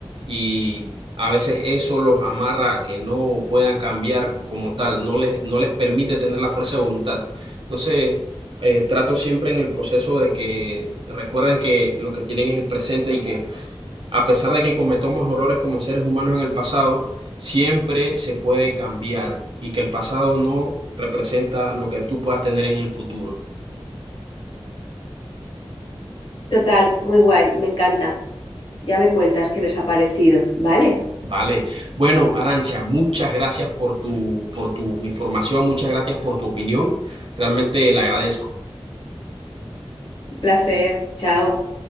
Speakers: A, on the right; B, on the left.
A: y a veces eso los amarra a que no puedan cambiar como tal, no les, no les permite tener la fuerza de voluntad. Entonces, eh, trato siempre en el proceso de que recuerden que lo que tienen es el presente y que a pesar de que cometamos errores como seres humanos en el pasado, siempre se puede cambiar y que el pasado no representa lo que tú puedas tener en el futuro.
B: Total, muy guay, me encanta. Ya me cuentas qué les ha parecido. Vale,
A: Vale. Bueno, Arancia, muchas gracias por tu, por tu información, muchas gracias por tu opinión. Realmente la agradezco.
B: un placer. Chao.